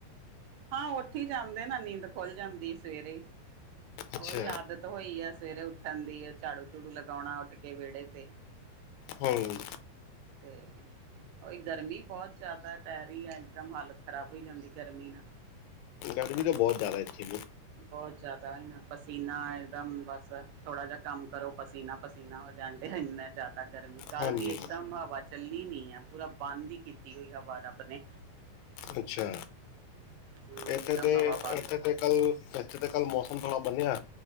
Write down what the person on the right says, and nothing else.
ਹਾਂ ਉੱਠੀ ਜਾਂਦੇ ਨਾ ਨੀਂਦ ਖੁੱਲ ਜਾਂਦੀ ਸਵੇਰੇ
ਉਹੀ ਆਦਤ ਹੋਈ ਹੈ ਸਵੇਰੇ ਉੱਠ। ਠਾਦੀ ਐ ਝਾੜੂ-ਝੂੜੂ ਲਗਾਣਾ ਉੱਠ ਕੇ ਵਿਹੜੇ ਤੇ,
ਤੇ। ਹੀ ਗਰਮੀ ਬਹੁਤ ਜ਼ਿਆਦਾ ਪੈ ਰਹੀ ਹੈ ਇਕਦਮ ਹਾਲਤ ਖ਼ਰਾਬ ਹੋ ਜਾਂਦੀ ਗਰਮੀ ਨਾਲ।
ਬਹੁਤ ਜਿਆਦਾ ਐਨਾ ਪਸੀਨਾ ਇੱਕਦਮ ਬਸ ਥੋੜਾ ਜਿਆ ਕੰਮ ਕਰੋ ਪਸੀਨਾ-ਪਸੀਨਾ। ਹੋ ਜਾਂਣਦੇ ਐਨਾ ਜ਼ਿਆਦਾ ਤੱਕ। ਗਰਮੀ ਕੱਲ
ਦੀ ਇੱਕਦਮ ਹਵਾ ਚੱਲੀ ਨੀ ਹੈ, ਪੂਰਾ ਬੰਦ ਹੀ ਕੀਤੀ ਹੋਈ ਹਵਾ ਰੱਬ ਨੇ।
ਹਾਂ ਇੱਕਦਮ
ਹਵਾ ਬੰਦ